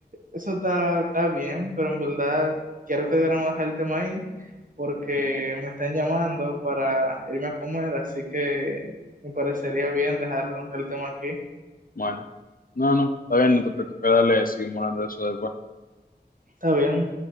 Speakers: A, on the right; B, on the left.
A: eso está, está bien, pero en verdad quiero que deberíamos dejar el tema ahí porque me están llamando para irme a comer, así que me parecería bien dejar el tema aquí.
B: bueno. No, no, está bien, no te preocupes, dale, seguimos hablando de eso después.
A: Está bien.